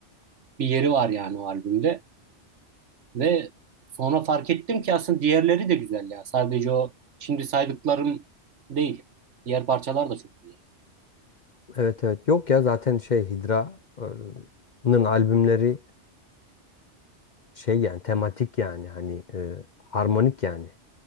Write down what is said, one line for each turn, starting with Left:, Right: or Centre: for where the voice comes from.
Right: bir yeri var yani o albümde. Ve sonra fark ettim ki aslında diğerleri de güzel ya. Sadece o şimdi saydıklarım değil. Diğer parçalar da çok güzel.
Left: Evet evet. Yok ya zaten şey Hidra'nın albümleri şey yani tematik yani hani e, harmonik yani.